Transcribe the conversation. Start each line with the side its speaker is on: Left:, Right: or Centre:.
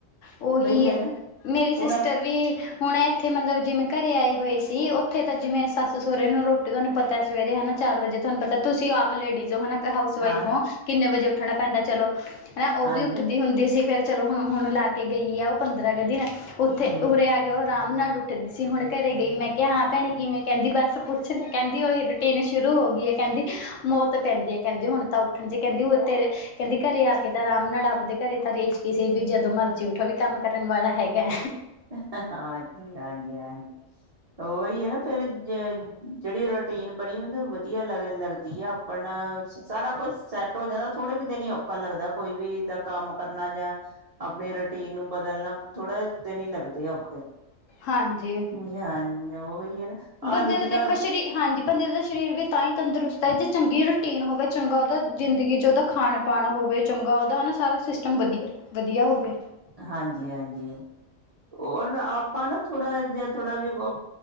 Left: ਉਹੀ
Right: ਹੈ ਨਾ
Left: ਮੇਰੀ ਸਿਸਟਰ
Right: ਹੁਣ ਹਾਂ
Left: ਵੀ ਹੁਣ ਇੱਥੇ ਮਤਲਬ ਜਿਵੇਂ ਘਰੇ ਆਏ ਹੋਏ ਸੀ, ਉੱਥੇ ਤਾਂ ਜਿਵੇਂ ਸੱਸ ਸਹੁਰੇ ਨੂੰ ਰੋਟੀ ਤੁਹਾਨੂੰ ਪਤਾ ਸਵੇਰੇ ਹਨਾ ਚਾਰ ਵਜੇ ਤੁਹਾਨੂੰ ਪਤਾ ਤੁਸੀਂ ਆਪ ਲੇਡੀਜ਼ ਹੋ ਹਨਾ ਕ ਹਾਊਸ ਵਾਈਫ
Right: ਹਾਂ
Left: ਓ ਕਿੰਨੇ ਵਜੇ ਉਠਣਾ ਪੈਂਦਾ ਚਲੋ ਹੈ ਉਹ
Right: ਹਾਂਜੀ
Left: ਵੀ ਉੱਠ। ਹੁੰਦੀ ਸੀ ਫੇਰ ਚਲੋ ਹੁਣ ਹੁਣ ਲਾ ਕੇ ਗਈ ਆ ਉਹ ਪੰਦਰਾਂ ਕੁ ਦਿਨ ਉੱਥੇ
Right: ਹਮ
Left: ਉਰੇ ਆ ਕੇ ਉਹ ਆਰਾਮ ਨਾਲ ਉੱਠਦੀ ਸੀ ਹੁਣ ਘਰੇ ਗਈ ਮੈਂ ਕਿਹਾ ਹਾਂ ਭੈਣੇ ਕਿਵੇਂ ਕਹਿੰਦੀ ਬਸ ਪੁੱਛ ਲ ਕਹਿੰਦੀ ਉਹੀ ਰੂਟੀਨ ਸ਼ੁਰੂ ਹੋ ਗਈ ਹੈ ਕਹਿੰਦੀ ਮੌਤ ਪੈਂਦੀ ਹੈ ਕਹਿੰਦੀ ਹੁਣ ਤਾਂ ਉੱਠਣ ਚ ਕਹਿੰਦੀ ਤੇਰੇ ਕਹਿੰਦੀ ਘਰੇ ਆ ਕੇ ਤੇ ਆਰਾਮ ਨਾਲ ਆਪਦੇ ਘਰੇ ਤਾਂ ਰੇਚ ਸੀ ਕਿਸੇ ਵੀ ਜਦੋਂ ਮਰਜੀ ਉੱਠੋ ਵੀ ਕੰਮ ਕਰਨ ਵਾਲਾ ਹੈਗਾ।
Right: ਹਾਂ ਹਾਂਜੀ ਹਾਂਜੀ ਉਹੀ ਹੈ ਨਾ ਫੇਰ ਜ ਜਿਹੜੀ ਰੋਟੀਨ ਬਣੀ ਹੁੰਦੀ ਵਧੀਆ ਲ ਲੱਗਦੀ ਆ। ਆਪਣ ਸਾਰਾ ਕੁਛ ਸੈੱਟ ਹੋ ਜਾਂਦਾ ਥੋੜੇ ਕੁ ਦਿਨ ਹੀ ਔਖਾ ਲੱਗਦਾ ਕੋਈ ਵੀ ਇਦਾਂ ਕੰਮ ਕਰਨਾ ਜਾਂ ਆਪਣੀ ਰੂਟੀਨ ਨੂੰ ਬਦਲਣਾ ਥੋੜ੍ਹਾ ਦਿਨ ਹੀ ਲੱਗਦੇ ਆ ਔਖੇ
Left: ਹਾਂਜੀ
Right: ਨੀ ਹਾਂਜੀ ਉਹੀ ਹੈ ਨਾ
Left: ਬੰਦੇ
Right: ਆਨੂੰ ਜਿੱਦਾਂ
Left: ਦਾ ਦੇਖੋ ਸਰੀਰ ਹਾਂਜੀ ਬੰਦੇ ਦਾ ਸਰੀਰ ਵੀ ਤਾਂ ਹੀ ਤੰਦਰੁਸਤ ਹੈ ਜੇ ਚੰਗੀ ਰੂਟੀਨ ਹੋਵੇ ਚੰਗਾ ਉਹਦਾ ਜ਼ਿੰਦਗੀ 'ਚ ਉਹਦਾ ਖਾਣ ਪਾਣਾ ਹੋਵੇ ਚੰਗਾ ਉਹਦਾ ਹਨ ਨਾ ਸਾਰਾ ਸਿਸਟਮ ਵਧੀਆ ਵਧੀਆ ਹੋਵੇ।
Right: ਹਾਂਜੀ ਹਾਂਜੀ ਹੋਰ ਆਪਾਂ ਨਾ ਥੋੜਾ ਜਿਹਾ ਥੋੜਾ ਵ ਵ